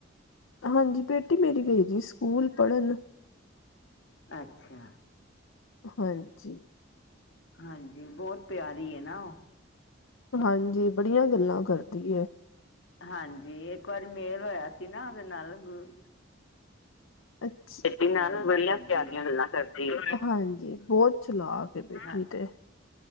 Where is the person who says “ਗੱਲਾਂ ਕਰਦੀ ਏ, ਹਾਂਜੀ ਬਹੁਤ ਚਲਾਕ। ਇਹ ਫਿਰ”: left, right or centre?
Left